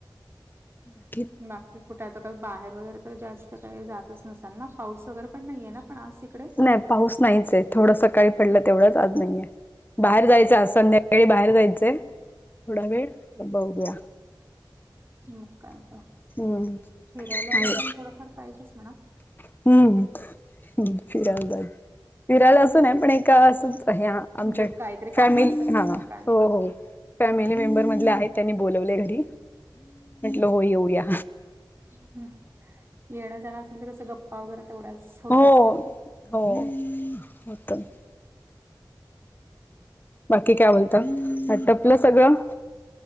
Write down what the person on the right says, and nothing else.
बाकी कुठे आता काही बाहेर वगैरे तर जास्त काही जातच नसाल ना. पाऊस वगैरे पण नाहीये ना पण आज तिकडे
मग काय ग.
फीरायला वगैरे
पण थोडंफार पाहिजेच म्हणा
म्हणजे काहीतरी कामं
असतात
किंवा
काय.
हम्म येणं जाणं असेल तर कसं गप् <unintelligible> तेवढ्याच होतात
ना